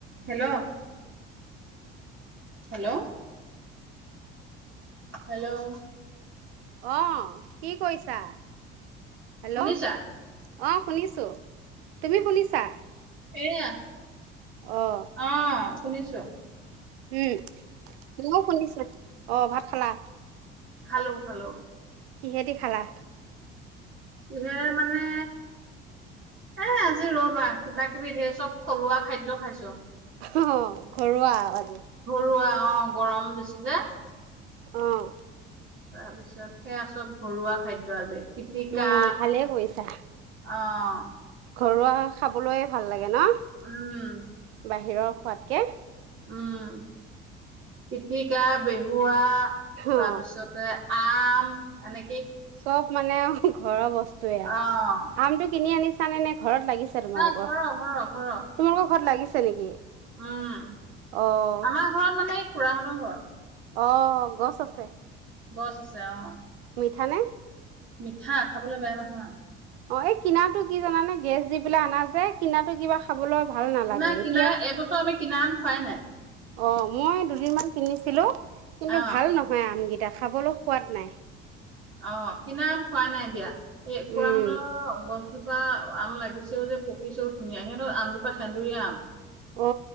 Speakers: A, on the right (about 40°); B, on the right (about 80°).
A: Hello, hello, hello
B: অহ, কি কৰিছা? হেল্ল'
A: শুনিছা?
B: অ' শুনিছো, তুমি শুনিছা?
A: এয়া
B: অঁ
A: অ'। শুনিছোঁ।
B: উম, মইয়ো শুনিছোঁ, অ', ভাত খালা?
A: খালো, খালো।
B: কিহেদি খালা?
A: কিহেৰে মানে, এ আজি ৰ'বা কিবা-কিবি ধেৰ চব থলুৱা খাদ্য খাইছোঁ।
B: অ' ঘৰুৱা আজি
A: ৰুৱা অ', গৰম বেছি যে
B: অ'।
A: তাৰ পিছত, সেয়া চব ঘৰুৱা খাদ্য আজি। পিতিকা
B: উম
A: অ'।
B: ভালেই কৰিছা
A: <unintelligible>
B: ঘৰুৱা খাবলৈয়ে ভাল লাগ গে, ন
A: উম
B: বাহিৰৰ খোৱাতকে।
A: উম, পিতিকা, বেহুৱা
B: অঁ
A: তাৰপিছতে আম এনেক
B: চব মানে ঘৰৰ বস্তুয়েই আৰু
A: অ'
B: আমটো কিনি আনি আনেনে ঘৰত লাগিছে তোমালোকৰ,
A: নাই ঘৰৰ ঘৰৰ ঘৰৰ
B: তোমালোকৰ ঘৰত লাগিছ আছে নেকি?
A: উম,
B: অঁ
A: আমাৰ ঘৰত মানে খুৰাহঁতৰ ঘৰত।
B: অ', গছ আছে।
A: গছ আছে, অ'।
B: মিঠা নে?
A: মিঠা। খাবলে বেয়া নহয়।
B: অ', এই কিনাৰ টো কি জানানে গেছ দি পেলাই অনা যে, কিনাৰ টো কিবা খাবলৈ ভাল নালাগে
A: নাই কিনা,
B: এতিয়া
A: এইবছৰ আমি কিনা আম খোৱাই নাই।
B: অ', মই দুদিনমান কিনিছিলোঁ। কিন্তু
A: অ
B: ভাল নহয় আম গিত দে খাবলৈ সোৱাদ নাই।
A: অ', কিনা আম খুৱা নাই দিয়া। এই খুৰাহঁতৰ
B: উম
A: গছজোপা আম লাগিছেও যে পকিছেও ধুনীয়া, সিহঁতৰ আমজোপা সেন্দুৰীয়া আম।
B: অ',